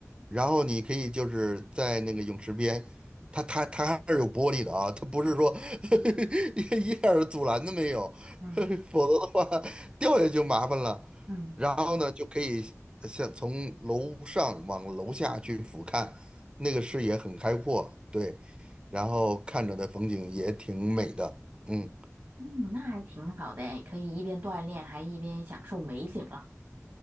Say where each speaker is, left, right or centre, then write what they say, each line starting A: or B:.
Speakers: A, on the right; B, on the right.
A: 然后你可以就是在那个泳池边，它它它还是有玻璃的啊，它不是说
B: 嗯
A: <laughs> 一一点儿阻拦都没有，
B: 嗯
A: <laughs> 否则的话掉下去就麻烦了。
B: 嗯
A: 然后呢，就可以像从楼上往楼下去俯瞰，那个视野很开阔，对，然后看着的风景也挺美的，嗯。
B: 嗯，那还挺好的诶，可以一边锻炼还一边享受美景了。